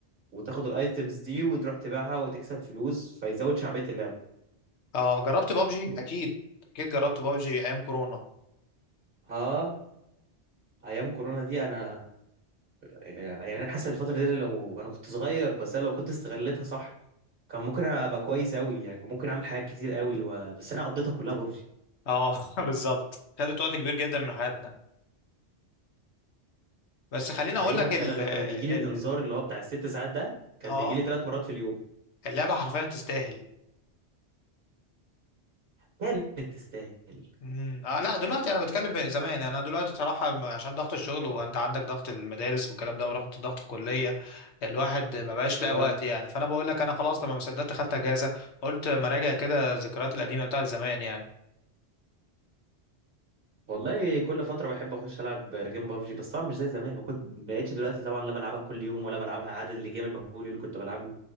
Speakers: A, on the right (about 55°); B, on the left (about 75°).
A: وتاخد الايتمز دي وتروح تبيعها وتكسب فلوس فيزود شعبيه اللعبه
B: اه جربت بابجي اكيد اكيد جربت بابجي ايام كورونا
A: اه ايام كورونا دي انا يعني انا حاسس الفتره دي لو انا كنت صغير بس انا لو كنت استغلتها صح كان ممكن ابقى كويس قوي يعني كان ممكن اعمل حاجات كتير قوي و... بس انا قضيتها كلها ببجي
B: اه <laughs> بالظبط خدت وقت كبير جدا من حياتنا بس خليني
A: دي
B: اقول
A: حقيقه
B: لك
A: فعلا
B: ال
A: انا
B: ال
A: كان بيجي لي الانذار
B: ال-
A: اللي هو بتاع الست ساعات ده كان
B: اه
A: بيجي لي ثلاث مرات في اليوم
B: اللعبه حرفيا تستاهل
A: كانت تستاهل
B: مم. آه لا دلوقتي انا بتكلم زمان انا دلوقتي صراحه م- عشان ضغط الشغل وانت عندك ضغط المدارس والكلام ده وضغط ضغط الكليه الواحد ما بقاش
A: اه
B: لاقي وقت يعني فانا بقول لك انا خلاص لما ما صدقت خدت اجازه قلت ما راجع كده الذكريات القديمه بتاعت زمان يعني
A: والله كل فتره بحب اخش العب جيم ببجي بس طبعا مش زي زمان ما كنت بقيتش دلوقتي طبعا لا بلعبها كل يوم ولا بلعبها عدد الجيم المهول اللي كنت بلعبه